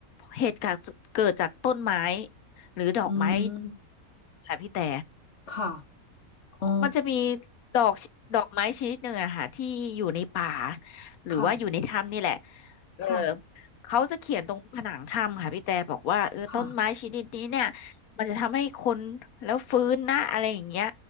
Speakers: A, on the left; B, on the left.
A: เหตุการณ์เกิดจากต้นไม้หรือดอกไม้
B: อืม
A: ค่ะพี่แต่
B: ค่ะอ๋อ
A: มันจะมีดอกดอกไม้ชนิดหนึ่งอะค่ะที่อยู่ในป่าหรือว่าอยู่ในถ้ำนี่แหละ
B: ค่ะ
A: เออ
B: ค่ะ
A: เขาจะเขียนตรงผนังถ้ำค่ะพี่แต่บอกว่าเออต้นไม้ชนิดนี้เนี่ย
B: ค่ะ
A: มันจะทำให้คนแล้วฟื้นนะอะไรอย่างเงี้ย